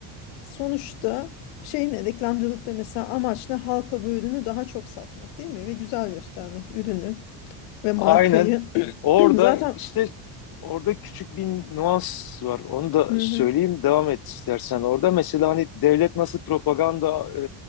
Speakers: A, on the left (about 85°); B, on the left (about 45°).
A: Sonuçta şeyin reklamcılıkta mesela amaç ne? Halka bu ürünü daha çok satmak değil mi? Ve güzel göstermek ürünü ve markayı.
B: Aynen
A: <clears throat>
B: orada
A: Zaten
B: işte orada küçük bir nuans var. Onu da
A: hı
B: söyleyeyim
A: hı,
B: devam et istersen. Orada mesela hani devlet nasıl propaganda e,